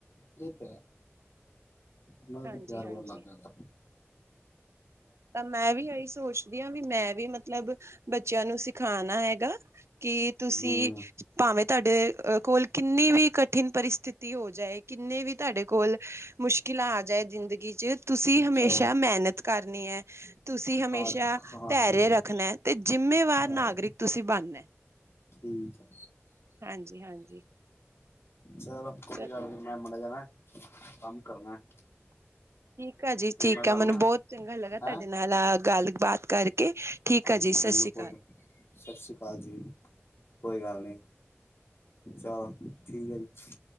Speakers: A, on the left; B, on the right.
A: ਇਹ ਤੇ ਹੈ ਉਹਨਾਂ ਦਾ
B: ਹਾਂਜੀ
A: ਤੇ ਪਿਆਰ
B: ਹਾਂਜੀ
A: ਬਹੁਤ ਲੱਗ ਜਾਂਦਾ।
B: ਤਾਂ ਮੈਂ ਵੀ ਇਹੀ ਸੋਚਦੀ ਹਾਂ ਵੀ ਮੈਂ ਵੀ ਮਤਲਬ ਬੱਚਿਆਂ ਨੂੰ ਸਿਖਾਣਾ ਹੈਗਾ। ਕਿ ਤੁਸੀਂ
A: ਹੂੰ
B: ਭਾਵੇਂ ਤੁਹਾਡੇ ਕੋਲ ਕਿੰਨੀ ਵੀ ਕਠਿਨ ਪਰਿਸਥਿਤੀ ਹੋ ਜਾਏ ਕਿੰਨੀ ਵੀ ਤੁਹਾਡੇ ਕੋਲ ਮੁਸ਼ਕਿਲਾਂ ਆ ਜਾਏ ਜ਼ਿੰਦਗੀ ਚ ਤੁਸੀਂ
A: ਅੱਛਾ
B: ਹਮੇਸ਼ਾ ਮਿਹਨਤ ਕਰਨੀ ਹੈ। ਤੁਸੀਂ ਹਮੇਸ਼ਾ
A: ਹਾਰ ਹਾਰ
B: ਧਰਿਅ
A: ਹੂੰ।
B: ਰੱਖਣਾ ਤੇ ਜਿੰਮੇਵਾਰ ਨਾਗਰਿਕ
A: ਅਰੇ
B: ਤੁਸੀਂ ਬਣਨਾ।
A: ਠੀਕ ਹੈ
B: ਹਾਂਜੀ ਹਾਂਜੀ
A: ਚਲੋ ਕੋਈ
B: ਚ
A: ਗੱਲ ਨੀ। ਮੈਂ ਮਾੜਾ ਜਾ ਨਾ ਕੰਮ ਕਰਨਾ।
B: ਠੀਕ ਆ ਜੀ
A: ਫਿਰ
B: ਠੀਕ
A: ਮੈਂ ਤੁਹਾਨੂੰ
B: ਆ ਮੈਨੂੰ
A: ਨਾ
B: ਬਹੁਤ ਚੰਗਾ ਲੱਗਾ ਤੁਹਾਡੇ
A: ਹੈਂ
B: ਨਾਲ ਆ ਗੱਲਬਾਤ ਕਰਕੇ ਠੀਕ
A: ਹਾਂਜੀ
B: ਆ ਜੀ ਸਤਿ
A: ਮੈਨੂੰ
B: ਸ਼੍ਰੀ ਅਕਾਲ।
A: ਖੁਦ ਸਤਿ ਸ੍ਰੀ ਅਕਾਲ ਜੀ ਕੋਈ ਗੱਲ ਨੀ। ਚਲੋ ਠੀਕ ਹੈ ਜੀ।